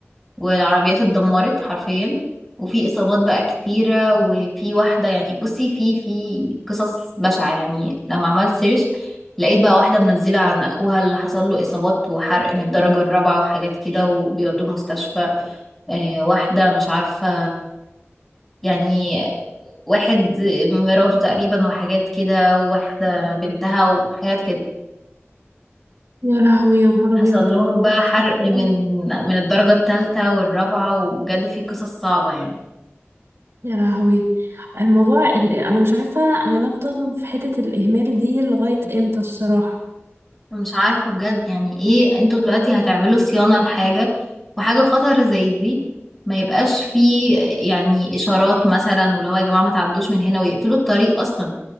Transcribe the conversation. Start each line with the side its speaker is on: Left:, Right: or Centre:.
Centre: والعربيات اتدمرت حرفيا وفي إصابات بقى كتيرة وفي واحدة يعني بصي في في قصص بشعة يعني لما عملت سيرش لقيت بقى واحدة منزلة عن أخوها اللي حصل له إصابات وحرق من الدرجة الرابعة وحاجات كده وبيودوه المستشفى آه، واحدة مش عارفة يعني واحد مراته تقريبا وحاجات كده وواحدة بنتها وحاجات كده
Right: يا لهوي يا نهار
Centre: حصل
Right: ابيض
Centre: لهم
Right: الموضوع
Centre: بقى
Right: ده صعب
Centre: حرق من
Right: قوي
Centre: من الدرجة الثالثة والرابعة وبجد في قصص صعبة يعني
Right: يا لهوي الموضوع اللي انا مش عارفه هنفضل في حته الاهمال دي لغايه امتى الصراحه
Centre: مش عارفة بجد يعني ايه انتوا دلوقتي هتعملوا صيانة لحاجة وحاجة خطر زي دي ما يبقاش فيه يعني إشارات مثلا واللي هو يا جماعة ما تعدوش من هنا ويقفلوا الطريق أصلا